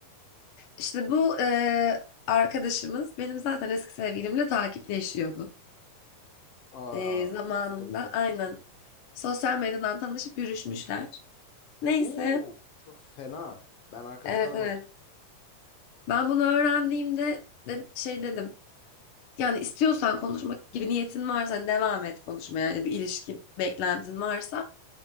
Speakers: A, on the left; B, on the left.
A: İşte bu eee, arkadaşımız benim zaten eski sevgilimle takipleşiyordu.
B: Aa,
A: Eee, zamanında
B: sıkıntı.
A: aynen sosyal medyadan tanışıp yürüşmüşler. Neyse,
B: Oo, çok fena. Ben arkadaş
A: evet
B: kalamazdım.
A: evet. Ben bunu öğrendiğimde de, şey dedim. Yani istiyorsan konuşmak gibi niyetin varsa hani devam et konuşmaya. Yani bir ilişki beklentin varsa.